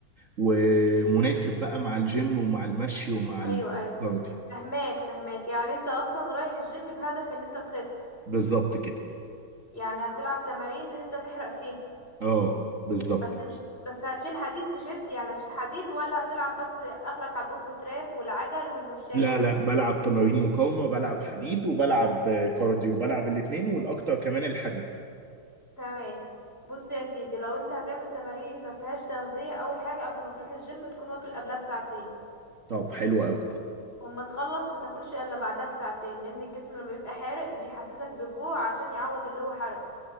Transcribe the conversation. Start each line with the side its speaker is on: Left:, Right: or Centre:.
Right: ومناسب بقى مع الجيم ومع المشي ومع
Left: ايوه
Right: الكارديو
Left: ايوه فهماك فهماك يعني انت اصلا رايح الجيم بهدف ان انت تخس
Right: بالظبط كده
Left: يعني هتلعب تمارين ان انت تحرق فيها
Right: اه بالظبط
Left: بس مش بس هتشيل حديد تشد يعني هتشيل حديد ولا هتلعب بس اخرك على الأورب تراك والعجل والمشاية
Right: لا لا بلعب تمارين مقاومة بلعب حديد وبلعب آه، كارديو بلعب الاتنين والأكتر كمان الحديد
Left: تمام بص يا سيدي لو انت هتعمل تمارين ما فيهاش تغذية اول حاجة قبل ما تروح الجيم تكون واكل قبلها بساعتين
Right: طب حلو أوي
Left: واما تخلص ما تاكلش الا بعدها بساعتين لان الجسم لما بيبقى حارق بيحسسك بالجوع عشان يعوض اللي هو حرقه